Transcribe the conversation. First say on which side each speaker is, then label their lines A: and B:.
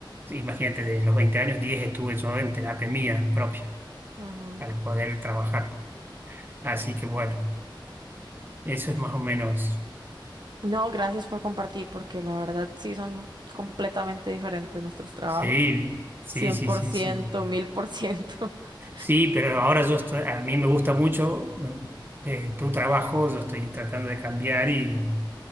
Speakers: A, on the right (about 25°); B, on the right (about 60°).
A: Sí, Imagínate, de los 20 años, 10 estuve yo en terapia mía propia
B: Ujú.
A: para poder trabajar. Así que bueno, eso es más o menos.
B: No, gracias por compartir, porque la verdad sí son completamente diferentes nuestros trabajos.
A: Sí, sí,
B: cien
A: sí,
B: por
A: sí,
B: ciento,
A: sí.
B: mil por ciento. <laughs>
A: Sí, pero ahora yo estoy, a mí me gusta mucho me- eh, tu trabajo, yo estoy tratando de cambiar y